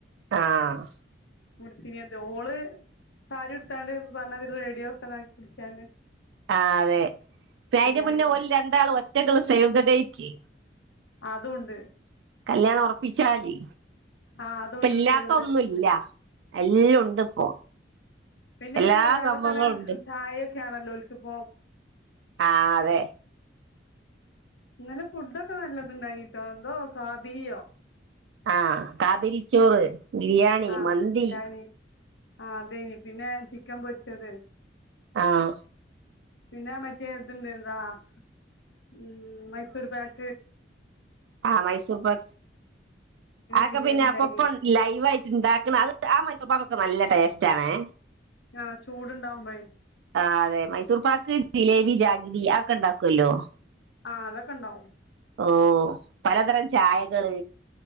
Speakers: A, on the right (about 70°); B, on the left (about 75°).
A: ആഹ്.
B: ഉട്തീനത് ഓള് സാരി ഉട്ത്താണ്ട് പറഞ്ഞാതിരി റേഡിയോ ഒക്കെതാക്കി പിട്ച്ചാണ്ട്.
A: ആഹ്, അതെ. പെ അയിന്റെ
B: അങ്ങനെയായിരുന്നു
A: മുന്നേ ഓല് രണ്ടാളും ഒറ്റക്ക്ള്ള സേവ് ദ ഡേറ്റ്.
B: അതുണ്ട്.
A: കല്യാണം ഒറപ്പിച്ചാല്.
B: ആഹ് അതുണ്ട്
A: ഇപ്പ ഇല്ലാത്ത
B: സേവ് ദ
A: ഒന്നുല്ല.
B: ഡേറ്റിന്റെ
A: എല്ലം ഉണ്ട് ഇപ്പോ.
B: പിന്നൊരു
A: എല്ലാ
B: വേറെ
A: സംഭവങ്ങളും
B: തരം
A: ഉണ്ട്
B: ചായൊക്കേണല്ലോ ഓൽക്കിപ്പം.
A: ആഹ് അതെ.
B: ഇന്നലെ ഫുഡൊക്കെ, നല്ലതുണ്ടായിനിട്ടോ. എന്തോ കാ ബീര്യാെ.
A: ആഹ് കാബിരിച്ചോറ്, ബിരിയാണി,
B: ആഹ്
A: മന്തി.
B: ബിരിയാണി ആഹ്. അതേയ്നി. പിന്നെ ചിക്കൻ പൊരിച്ചെത്.
A: ആഹ്.
B: പിന്നെ മറ്റെ ഇത്ണ്ട് എന്താ ഉം മൈസൂർ പാക്ക്.
A: ആഹ് മൈസൂർ പാക്ക്. അതൊക്കെ
B: ജിലേബി
A: പിന്നെ
B: ഉണ്ടായിനി
A: അപ്പ പ്പൺ ലൈവായിട്ട് ഇണ്ടാക്ക്ണ അത് ആ മൈസൂർപാക്കൊക്കെ നല്ല ടേസ്റ്റാണെ.
B: ആഹ്. ചൂടുണ്ടാവുമ്പഴേ.
A: ആഹ്. അതെ മൈസൂർ പാക്ക്, ജിലേബി, ജാഗിരി, അതെക്കെ ഇണ്ടാക്കൊല്ലോ.
B: ആഹ്. അതൊക്കെ ഇണ്ടാവും.
A: ഓഹ്. പലതരം ചായകള്.